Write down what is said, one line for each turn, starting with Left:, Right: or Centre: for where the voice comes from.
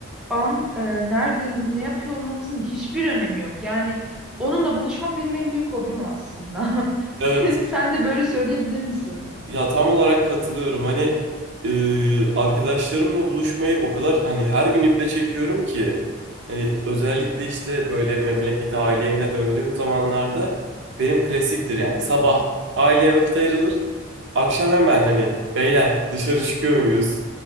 Centre: an e, nerede ne yapıyor olmamızın hiçbir önemi yok. Yani onunla buluşmak benim en büyük hobim aslında. <laughs> Sen,
Right: Evet.
Centre: sen de böyle söyleyebilir misin?
Right: Ya tam olarak katılıyorum. Hani e, arkadaşlarımla buluşmayı o kadar hani her gün iple çekiyorum ki hani özellikle işte böyle memlekete aile evine döndüğüm zamanlarda benim klasiktir yani sabah aileye vakit ayrılır. Akşam hemen hani beyler dışarı çıkıyor muyuz?